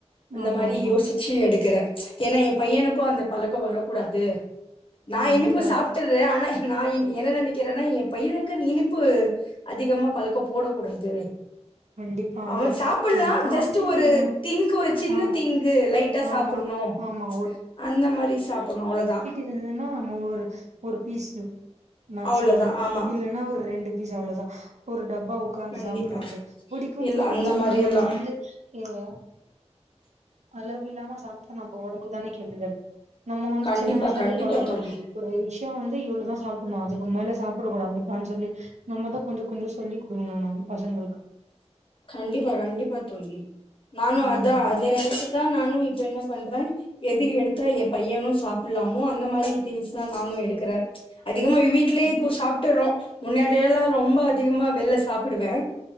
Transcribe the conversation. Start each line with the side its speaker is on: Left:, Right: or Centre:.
Left: அந்த
Right: ஆமா
Left: மாறி
Right: ஆமா
Left: யோசிச்சு எடுக்கறேன் ஏன்னா என் பையனுக்கும் அந்த பழக்கம் வரக்கூடாது நான்
Right: கண்டிப்பா
Left: இனிப்பு சாப்ட்டுடுறேன் ஆனா நா என்ன நினக்கிறேன்னா என் பையனுக்கு இனிப்பு அதிகமா பழக்கம் போடக் கூடாது
Right: கண்டிப்பா
Left: அவ
Right: ஆமா
Left: சாப்புல்லா
Right: அது பாத்து
Left: ஜஸ்ட்ட் ஒரு
Right: நீங்க வந்
Left: க்கு ஒரு சின்ன
Right: ஆமா
Left: திங்கு லைட்டா சாப்புணும்
Right: ஆமா ஆமா
Left: அந்த மாறி சாப்புணும் அவளோதா
Right: என்னன்னா நம்ம ஒரு ஒரு பீஸு மேக்சிமம்
Left: அவ்ளோதா ஆமா
Right: இல்லன்னா ஒரு ரெண்டு பீஸ் அவளோதான் ஒரு டப்பா உக்காந்து
Left: கண்டிப்பா
Right: சாப்டுறது புடிக்கும்
Left: இல்ல
Right: புடிக்கும்
Left: அந்த
Right: சொன்னா
Left: மாரி
Right: நம்ம
Left: எல்லா
Right: வந்து து அளவு இல்லாம சாப்ட்டா நம்ம உடம்புக்கு தான கெடுதல் நம்ம வந்து
Left: கண்டிப்பா
Right: சின்ன வயசுலருந்து
Left: கண்டிப்பா
Right: பழகனு
Left: தோழி
Right: ஒரு விஷய வந்து இவ்ளோதா சாப்பனோ அதுக்கு மேல சாப்படக் கூடாதுப்பான்னு சொல்லி நம்மதான் கொஞ்சோ கொஞ்சோ சொல்லி குடுக்கணும் நம் பசங்களுக்கு
Left: கண்டிப்பா கண்டிப்பா தோழி நானும்
Right: ம்
Left: அதான் அத நெனச்சு தா நானும் இப்ப என்ன பண்றேன் எது எடுத்தா என் பையனும் சாப்புலாமோ அந்த மாறி திங்ஸ் தா நானும் எடுக்கறன் அதிகமா வீட்லயே
Right: ம்.
Left: இப்ப சாப்ட்டுறோம் முன்னாடில்லாம் ரொம்ப அதிகமா வெள்ல சாப்புடுவேன்